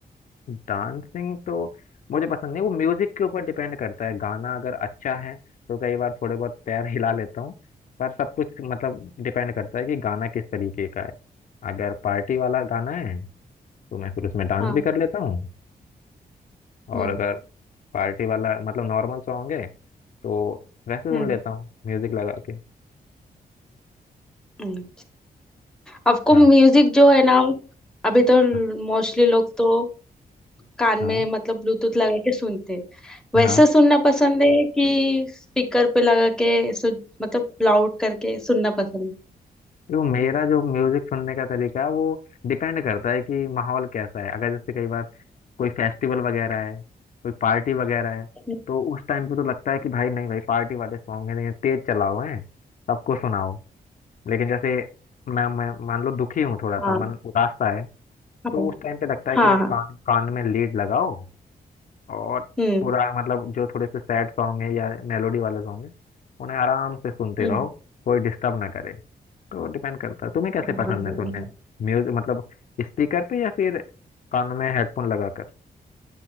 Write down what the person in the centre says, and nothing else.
हाँ
हम्म
हम्म
हम्म। आपको
म्यूजिक जो है ना अभी तो
मोस्टली लोग तो कान
में मतलब ब्लूटूथ लगा के सुनते हैं। वैसे
सुनना पसंद है कि स्पीकर पे लगा के सु, मतलब लाउड करके सुनना पसंद
है?
हाँ
हाँ
हाँ
हाँ,
हम्म
हम्म
हम्म।